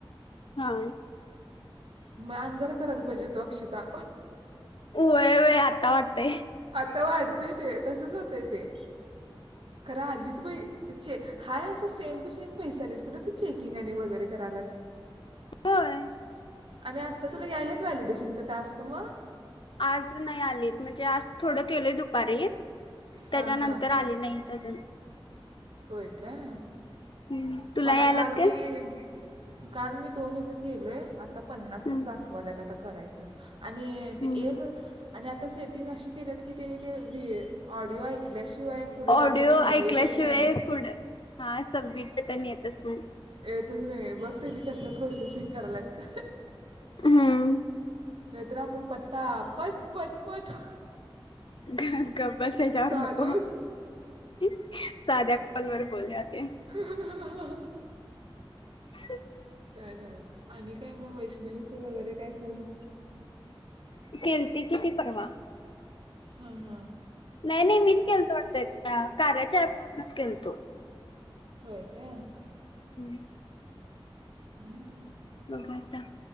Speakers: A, on the left; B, on the right.
A: हा.
B: मग अन जरा करायला पाहिजे होतो अक्षता.
A: व्हय व्हय आता वाटते.
B: आता वाटतय ते तसच होतय ते. खर आलीत बाई तेचे हाय असं सेम टू सेम पैसे आलेत कुठे ते चेकिंग आणि वगैरे करायला लागले.
A: होय.
B: आणि आत्ता तुला यायलात व्हॅलिडेशनचं टास्क मग.
A: आज नाही आलीत, म्हणजे आज थोडं केलंय दुपारी. त्येज्या
B: हां हां
A: नंतर आले नाही अजून.
B: होय काय.
A: हम्म तुला
B: मला
A: यायलात
B: काल
A: काय?
B: मी, काल मी दोन हेज केलोय. आता पन्नास
A: हम्म
B: तर दाखवालात आता करायचं आणि ते
A: हम्म
B: एक आणि आता सेटींग अस केलेत की त्याने ते व्ह ऑडिओ ऐकल्या शिवाय तू हे पुढं
A: ऑडिओ
B: जातच नाही
A: ऐकल्याशिवाय
B: ते येतच नाही.
A: पुढं हा सबमिट बटन येतच नाही.
B: येतच नाही बघ त्यांनी कसं प्रोसेसिंग कराल्यात.
A: हम्म.
B: नाही तर आपण पट्टता पट पट पट पट.
A: गप्प बस यांच्यावर
B: चालूच
A: नको. साध्या कॉल वर बोलुया ते.
B: हा हा हा हा हा
A: <unintelligible>
B: काय नवच, आणि काय मग वैष्णवीच वगैरे कायफोन.
A: केलती की ती परवा.
B: हा हा.
A: नाही नाही मीच केलतोता कार्याच्याप वरूनच केलतो. <unintelligible>
B: होय काय.
A: हम्म.
B: हम्म. <unintelligible>
A: घ आता